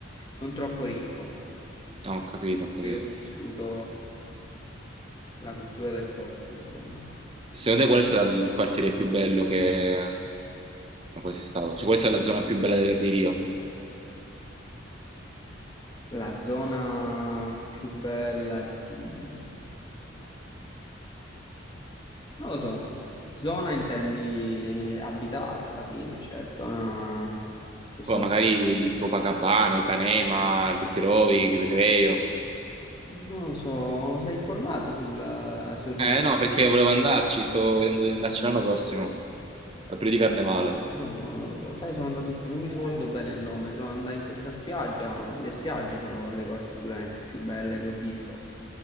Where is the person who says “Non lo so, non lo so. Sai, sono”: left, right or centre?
Left